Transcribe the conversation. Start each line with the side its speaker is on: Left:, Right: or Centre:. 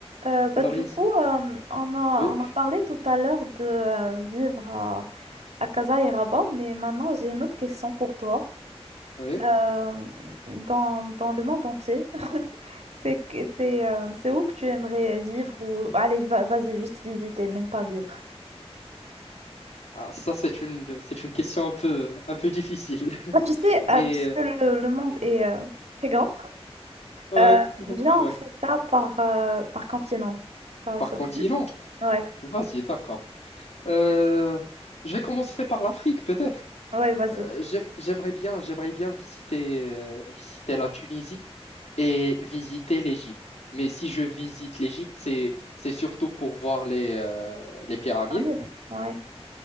Right: Euh, bah,
Left: Alors,
Right: du
Left: Yasmine,
Right: coup, euh, on a,
Left: oui,
Right: on a parlé tout à l'heure de euh, vivre à, à Casa et Rabat, mais maintenant j'ai une autre question
Left: mm,
Right: pour toi.
Left: oui.
Right: Euh, dans, dans le monde entier, <laughs> c'est, que- c'est, euh, c'est où que tu aimerais vivre ou allez, va- vas-y, juste visiter, même pas vivre.
Left: Ah, ça, c'est une, c'est une question un peu, un peu difficile. <laughs>
Right: Bah, tu sais,
Left: Mais,
Right: euh, puisque
Left: euh,
Right: le, le monde
Left: mm,
Right: est euh, très grand,
Left: ouais,
Right: euh,
Left: <laughs>
Right: viens,
Left: Mhm. ouais.
Right: on fait ça par, euh, par continent. Ça,
Left: Par
Right: ça
Left: continent,
Right: te dit? Ouais,
Left: vas-y, d'accord. Euh, je vais commencer par l'Afrique, peut-être.
Right: ouais, vas-y.
Left: Euh, j'ai- j'aimerais bien, j'aimerais bien visiter, euh, visiter la Tunisie et visiter l'Égypte. Mais si je visite l'Égypte, c'est, c'est surtout pour voir les, euh, les pyramides.
Right: vingt mille ouais.